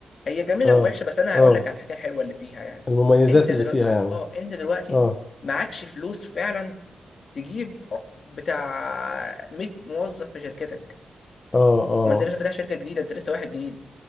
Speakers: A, on the left; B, on the left.
A: هي جميله
B: اه
A: ووحشه بس انا
B: اه
A: هقول لك على الحاجه الحلوه اللي فيها يعني
B: المميزات
A: انت دلوقتي
B: اللي فيها يعني
A: اه انت دلوقتي
B: اه
A: معكش فلوس فعلا تجيب بتاع 100 موظف في شركتك
B: اه اه
A: وانت لسه فاتح شركه جديده انت لسه واحد جديد